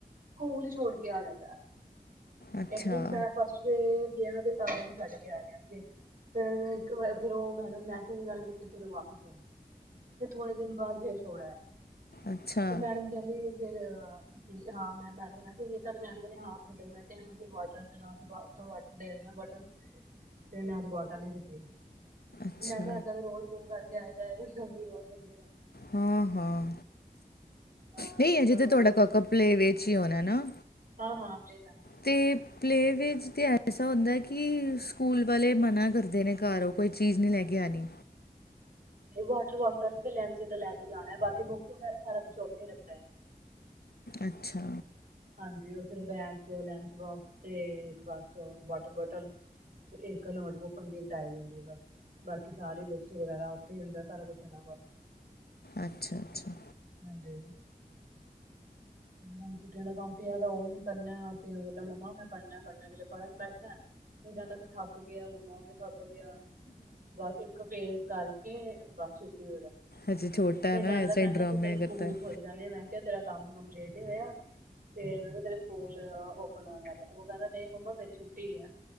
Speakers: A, on the right; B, on the left.
A: ਕੂਲ ਛੋੜ ਕੇ ਆ ਜਾਂਦਾ ਹੈ।
B: ਅੱਛਾ
A: ਇੱਕ ਦਿਨ ਫ ਫਸਟ।, ਫਿਰ ਵਿਆਹ ਦੇ ਕਾਰਨ ਛੱਡ ਕੇ ਆ ਗਿਆ ਸੀ। ਫਿਰ ਇੱਕ ਵਾਰ ਫੇਰ ਉਹ ਮੈਡਮ ਗੱਲ ਕੀਤੀ ਫਿਰ ਉਹ ਵਾਪਿਸ ਆਈ, ਫਿਰ ਥੋੜੇ ਦਿਨ ਬਾਅਦ ਫੇਰ ਛੋੜ ਆਇਆ।
B: ਅੱਛਾ
A: ਤੇ ਮੈਡਮ ਕਹਿੰਦੀ ਫੇਰ ਹਾਂ ਮੈਂ ਮੈਡਮ ਨੂੰ ਮੈਸੇਜ ਕੀਤਾ ਤੇ ਮੈਮ ਕਹਿੰਦੇ ਹਾ ਮੈਂ ਕਿਆ ਐਨੂੰ ਵਾਟਰ ਦੇ ਦੈਣਾ ਬੋਤਲ ਤੇ ਮੈਂ ਅੱਜ ਬੋਟਲ ਨੀ ਦਿੱਤੀ।
B: ਅੱਛਾ
A: ਮੈਂ ਕਿਹਾ ਐਦਾ ਫਿਰ ਰੋਜ਼ ਗੁੰਮ ਕਰਕੇ ਆਏ ਜਾਏ ਗਾ ਸ਼ਾਮੀ ਰੋਜ਼ ਅੱਗੇ
B: ਹਾਂ ਹਾਂ
A: ਹਾਂ
B: ਨਹੀ
A: ਰੋਜ਼
B: ਅਜੇ
A: ਰੋਜ਼
B: ਤੇ ਤੁਹਾਡਾ ਕਾਕਾ ਪਲੇ ਵੇ ਚ ਹੀ ਹੋਣਾ ਨਾ।
A: ਹਾ ਹਾ ਪਲੇਵੇ
B: ਤੇ ਪਲੇ ਵੇਜ ਤੇ ਐਸਾ ਹੁੰਦਾ ਕਿ ਸਕੂਲ ਵਾਲੇ ਮਨਾ ਕਰਦੇ ਨੇ ਘਰੋਂ ਕੋਈ ਚੀਜ਼ ਨਹੀ ਲੈ ਕੇ ਆਣੀ।
A: ਵਾਟਰ ਬੋਟਲ ਤੇ ਲੈਂਚ ਤੇ ਲੈ ਕੇ ਜਾਣਾ ਏ ਬਾਕੀ ਬੁੱਕਸ ਵਗੈਰਾ ਸਾਰਾ ਕੁਛ ਉਥੇ ਹੀ ਰੱਖਨਾ।
B: ਅੱਛਾ
A: ਹਾਂਜੀ ਉਸੇ ਬੈਗ ਤੇ ਲੰਚ ਬੋਕਸ ਤੇ ਬਸ ਵਾਟਰ ਬੋਟਲ। ਤੇ ਇੱਕ ਨੋਟਬੁੱਕ ਹੁੰਦੀ ਇੱਕ ਡਾਇਰੀ ਹੁੰਦੀ ਹੈ ਬਸ। ਬਾਕੀ ਸਾਰੇ ਬੁੱਕਸ ਵਗੈਰਾ ਉੱਥੇ ਹੀ ਹੁੰਦਾ ਸਾਰਾ ਕੁਛ ਐਨਾ ਦਾ।
B: ਅੱਛਾ ਅੱਛਾ।
A: ਹਾਂਜੀ ਤੇ ਹੁਣ ਛੁੱਟੀਆਂ ਦਾ ਕੰਮ ਪਇਆ ਉਹ ਵੀ ਕਰਨਾ ਓਥੇ ਬੋਲਦਾ ਮੰਮਾ ਮੈਂ ਪੜਨਾ ਪੜਨਾ ਜਦੋ ਪੜ੍ਹਨ ਬੈਠਦਾ ਫੇਰ ਕਹਿੰਦਾ ਮੈਂ ਥੱਕ ਗਿਆ ਮੰਮਾ ਮੈਂ ਥੱਕ ਗਿਆ। ਬਸ ਇੱਕ ਪੈਜ਼ ਕਰਕੇ ਬਸ ਛੁੱਟੀ ਹੋ ਜਾਂਦੀ
B: ਹਜੇ ਛੋਟਾ
A: ਤੇ
B: ਹੈ ਨਾ
A: ਕਹਿੰਦਾ
B: ਐਸਾ ਹੀ
A: ਮੈਂ ਕਿਹਾ
B: ਡਰਾਮੇ
A: ਤੂੰ ਤੇਰੇ ਸਕੂਲ
B: ਕਰਤਾ ਹੈ
A: ਖੁੱਲ ਜਾਣੇ ਆ ਮੈਂ ਕਿਹਾ ਤੇਰਾ ਕੰਮ ਕੰਪਲੀਟ ਨੀ ਹੋਇਆ। ਤੇ ਤੇਰੇ ਸਕੂਲ ਓਪਨ ਉਹ ਕਹਿੰਦਾ ਨਹੀਂ ਮੰਮਾ ਮੇਰੀ ਛੁੱਟੀ ਈ ਆ।